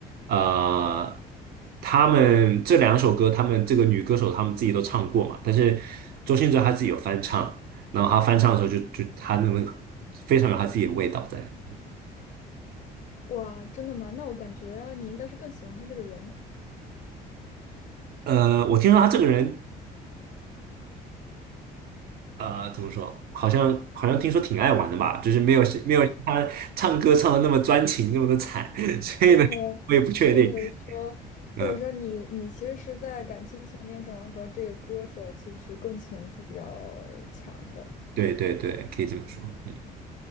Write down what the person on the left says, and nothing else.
哇，真的吗？那我感觉你应该是更喜欢他这个人，
，OK，
或者说，
或者说你你其实是在感情层面上和这个歌手其实共情是比较强的。